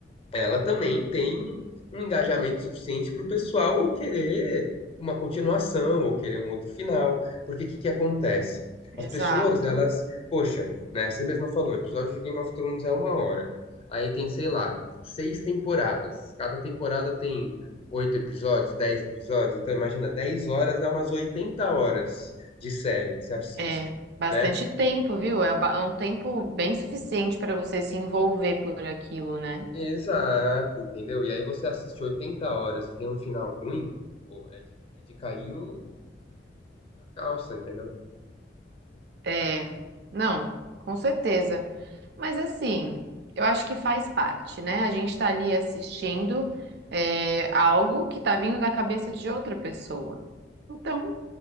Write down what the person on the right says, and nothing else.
exato.
É. Bastante
tempo, viu? É ba- é um tempo bem suficiente para você se envolver por aquilo, né?
É, não, com certeza. Mas assim, eu acho que faz parte, né? A gente tá ali assistindo é, algo que tá vindo da cabeça de outra pessoa. Então,